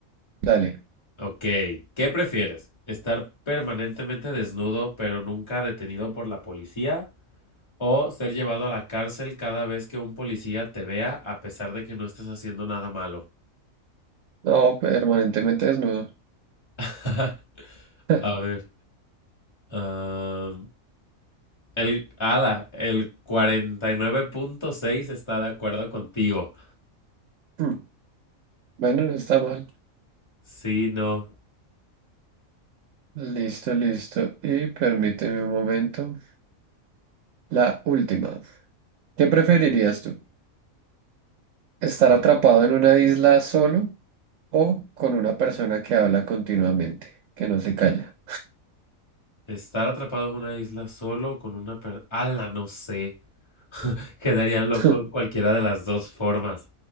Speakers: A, on the right (about 70°); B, on the left (about 20°).
A: dale.
B: Ok, ¿qué prefieres? ¿Estar permanentemente desnudo pero nunca detenido por la policía? O ser llevado a la cárcel cada vez que un policía te vea a pesar de que no estés haciendo nada malo.
A: No, permanentemente desnudo.
B: <laughs>
A: <laughs>
B: A ver. ah, el, ala, el cuarenta y nueve punto seis está de acuerdo contigo.
A: Hmm, Bueno, no está mal.
B: Sí, no.
A: Listo, listo. Y permíteme un momento. La última. ¿Qué preferirías tú? ¿Estar
B: Ah.
A: atrapado en una isla solo o con una persona que habla continuamente, que no se calla?
B: Estar atrapado en una isla solo con una persona. Ala, no sé. Quedaría loco
A: <laughs>
B: en cualquiera de las dos formas.